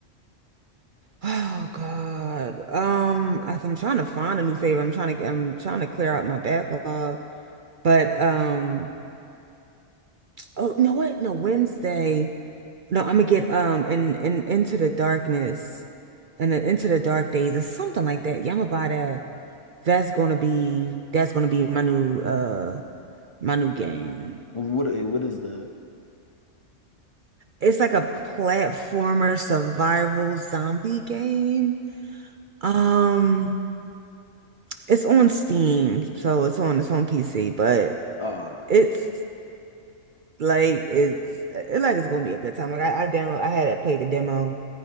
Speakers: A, on the right; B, on the left.
A: Oh God. Um, I, I'm trying to find a new favorite. I'm trying to I'm trying to clear out my backlog. But um, oh, you know what? No, Wednesday. No, I'm gonna get um and and Into the Darkness and then Into the Dark Days or something like that. Yeah, I'm gonna buy that. That's gonna be that's gonna be my new uh my new game.
B: What what is the?
A: It's like a platformer survival zombie game. Um, it's on Steam, so it's on it's on PC, but
B: Oh
A: It's like it's it, like it's gonna be a good time. Like I, I download, I had to play the demo,